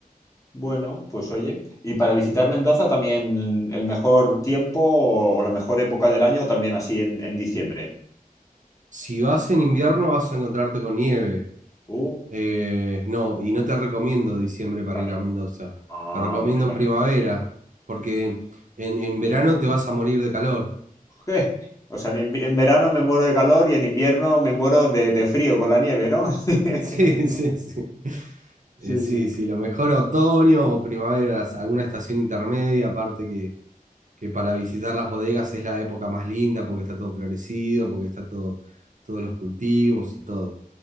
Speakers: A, on the left; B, on the right.
A: Bueno, pues oye, y para visitar Mendoza también el mejor tiempo o, o la mejor época del año también así en, en diciembre.
B: si vas en invierno vas a encontrarte con nieve.
A: Uh.
B: Eh, no, y no te recomiendo diciembre para
A: vale.
B: ir a Mendoza.
A: Ah,
B: Te recomiendo
A: vale, vale.
B: primavera, porque en, en verano te vas a morir de calor. <laughs>
A: <laughs> Je, O sea, en, invi- en verano me muero de calor y en invierno me muero de, de frío con la nieve, ¿no? <laughs>
B: Sí, sí, sí.
A: Sí,
B: Eh, sí,
A: sí.
B: sí, lo mejor otoño o primavera, las- alguna estación intermedia, aparte que, que para visitar las bodegas es la época más linda porque está todo florecido, porque está todo, todos los cultivos y todo.